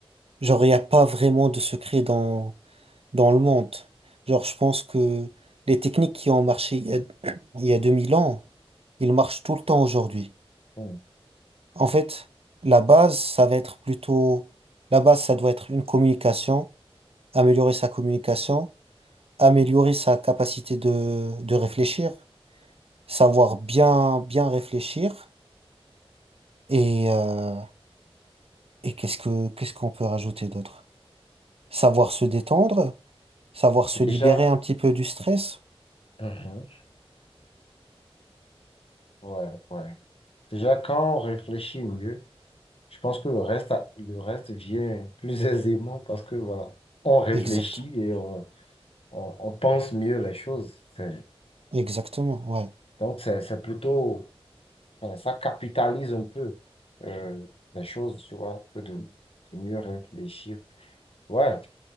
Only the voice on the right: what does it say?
genre, il n'y a pas vraiment de secret dans, dans le monde. Genre, je pense que les techniques qui ont marché il y a, <coughs> <clears throat> il y a 2000 ans, ils marchent tout le temps aujourd'hui.
En fait, la base, ça va être plutôt, la base, ça doit être une communication, améliorer sa communication, améliorer sa capacité de, de réfléchir, savoir bien, bien réfléchir et, euh, et qu'est-ce que, qu'est-ce qu'on peut rajouter d'autre? Savoir se détendre, savoir se libérer
un petit peu du stress.
Exact.
Exactement. Ouais.